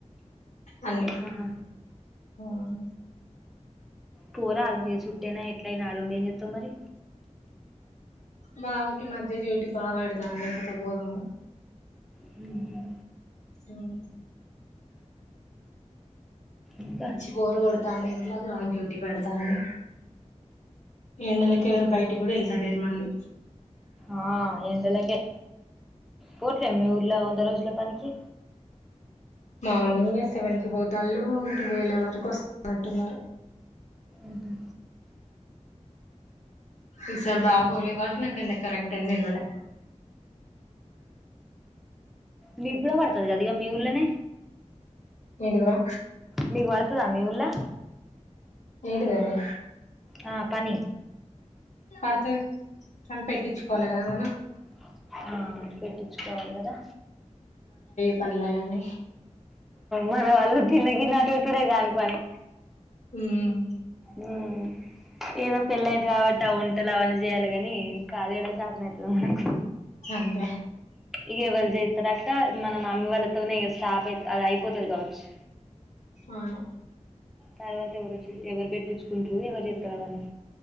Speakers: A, on the left (about 70°); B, in the centre.
A: అన్నీ
B: ఆహా
A: అవునా
B: పోరాదు మీకు చుట్టైనా ఎట్లయిన ఆడుండి ఏం చేత్తావ్ మరి
A: బావకి మధ్య డ్యూటి బాగా పడతాంది లేపోతే పోదు ము
B: హు
A: ఉమ్మ్
B: ఇంకా
A: పిచ్చి బోరు కొడుతాంది ఇంట్లో బావకి డ్యూటీ పడతాంది ఎండలకి
B: ఏం
A: ఎవరు
B: చెత్తవ్
A: బయటికి
B: తీ
A: కూడా వెళ్తా లేరు మళ్ళీ
B: ఆ ఎండలకే పోట్లేం మీ ఊర్లో వంద రోజుల పనికి
A: మార్నింగ్ ఏ సెవెన్ కి పోతాళ్ళు టూవెల్ వరకు వస్తా అంటున్నారు
B: ఉహు
A: ఈసారి బావ పోలె కాబట్టి నాకు కరెక్ట్ టైం తెలువలే
B: మీరు కూడా కూడా పడుతది కదా ఇక మీ ఊర్లోనే
A: ఏంటీది రా
B: మీకు పడుతదా మీవుల్లా
A: ఏంటిది అది
B: ఆ పని
A: పడుతది అని పెట్టించుకోవాలి
B: ఉమ్
A: కదా మనం
B: ఆ పెట్టించుకోవాలి కదా
A: పనుల అనీ
B: మన వాళ్ళు తిన్న గిన్నె అటు పెట్టుడే కాని పని
A: ఉమ్
B: హ్ ఏదో పెళ్ళ అయింది కాబట్టి ఆ వంటలు అవన్నీ చేయాలి కాని ఇంకా అదీ ఎదో చాతనైతది మనకు
A: అంతే
B: ఇగా ఏవలు చెత్తరాక మన మమ్మీ వాళ్ళతోనే ఇక స్టాప్ అయి అది అయిపోతుది కావచ్చు
A: అవును
B: తర్వాత ఎవరు వచ్చి ఎవరు పెట్టించుకుంట్ర ఎవరు చెతారు అవన్ని